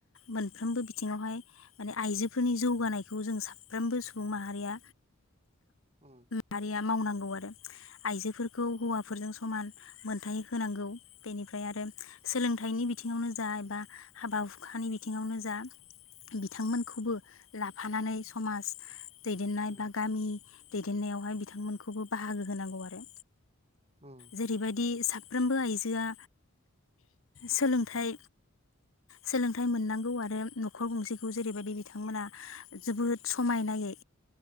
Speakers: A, on the left; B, on the right.
A: मोनफ्रोमबो बिथिङावहाय। माने आइजोफोरनि जौगानायखौ जों साफ्रोमबो सुबुं माहारिया
B: उम
A: मारिया मावनां। गौ आरो आइजोफोरखौ हौवाफोरजों समान मोनथाय होनांगौ बेनिफ्राय आरो सोलोंथाइनि बिथिङावनो जा एबा हाबा हुखानि बिथिङावनो जा। बिथांमोनखौबो लाफानानै समाज दैदेननाय
B: उम
A: बा गामि दैदेननायावहाय बिथांमोनखौबो बाहागो होनांगौ आरो
B: उम
A: जेरैबायदि सा साफ्रोमबो आइजोआ सोलोंथाइ सोलोंथाइ मोननांगौ आरो नखर गंसेखौ जेरैबायदि बिथांमोना जोबोद समायनायै